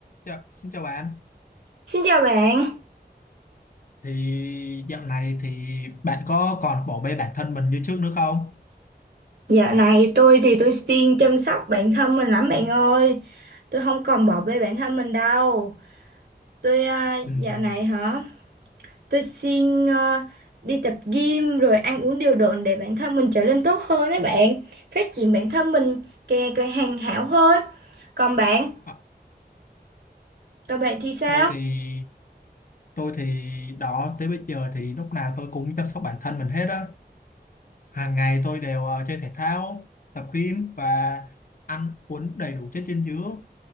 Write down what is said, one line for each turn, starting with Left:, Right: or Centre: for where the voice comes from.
Left: Dạ, xin chào bạn.
Right: Xin chào bạn,
Left: Thì dạo này thì bạn có còn bỏ bê bản thân mình như trước nữa không?
Right: dạo này tôi thì tôi siêng chăm sóc bản thân mình lắm bạn ơi. Tôi không còn bỏ bê bản thân mình đâu. Tôi à,
Left: Ừm,
Right: dạo này hả, tôi siêng à, đi tập gym rồi ăn uống điều độ để bản thân mình trở nên tốt hơn đấy bạn. Phát triển bản thân mình càng ngày càng hoàn hảo hơn. Còn bạn,
Left: à,
Right: còn bạn thì sao?
Left: tôi thì tôi thì đó tới bây giờ thì lúc nào tôi cũng chăm sóc bản thân mình hết á. Hàng ngày tôi đều ờ, chơi thể thao, tập gym và ăn uống đầy đủ chất dinh dưỡng